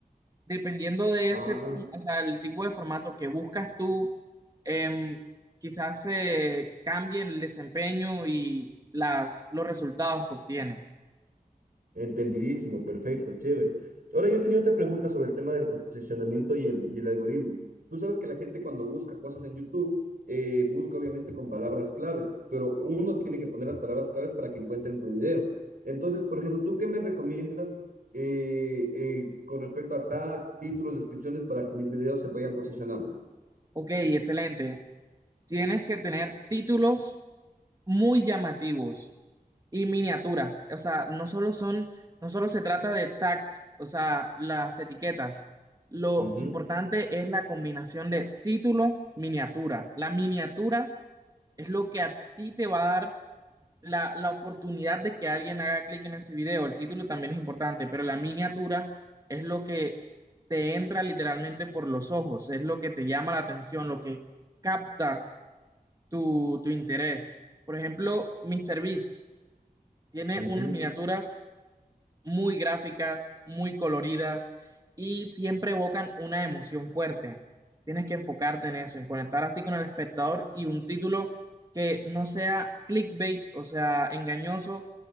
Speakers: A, on the right; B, on the right.
A: Dependiendo de
B: Ah,
A: ese, for- o sea, el tipo de formato que buscas tú, em, quizás se cambie el desempeño y las, los resultados que obtienes.
B: Entendidísimo, perfecto, chévere. Ahora yo tenía otra pregunta sobre el tema del posicionamiento y el, y el algoritmo. Tú sabes que la gente cuando busca cosas en YouTube, eh, busca obviamente con palabras claves, pero uno tiene que poner las palabras claves para que encuentren tu video. Entonces, por ejemplo, ¿tú qué me recomiendas eh, eh, con respecto a tags, títulos, descripciones para que mis videos se vayan posicionando?
A: Ok, excelente. Tienes que tener títulos muy llamativos y miniaturas. O sea, no solo son, no solo se trata de tags, o sea, las etiquetas. Lo
B: Ujú,
A: importante es la combinación de título, miniatura. La miniatura es lo que a ti te va a dar la, la oportunidad de que alguien haga clic en ese video. El título también es importante, pero la miniatura es lo que te entra literalmente por los ojos, es lo que te llama la atención, lo que capta tu, tu interés. Por ejemplo, MrBeast tiene
B: ujú.
A: unas miniaturas muy gráficas, muy coloridas y siempre evocan una emoción fuerte. Tienes que enfocarte en eso, en conectar así con el espectador y un título que no sea clickbait, o sea, engañoso,